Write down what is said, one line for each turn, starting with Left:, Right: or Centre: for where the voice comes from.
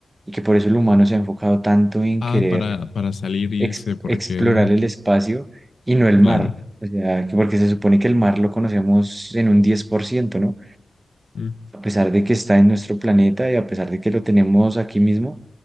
Right: y que por eso el humano se ha enfocado tanto en
Left: Ah,
Right: querer
Left: para, para salir, irse,
Right: ex-
Left: porque,
Right: explorar el espacio y no el
Left: claro.
Right: mar. O sea, que porque se supone que el mar lo conocemos en un 10%, ¿no?
Left: Mm.
Right: A pesar de que está en nuestro planeta y a pesar de que lo tenemos aquí mismo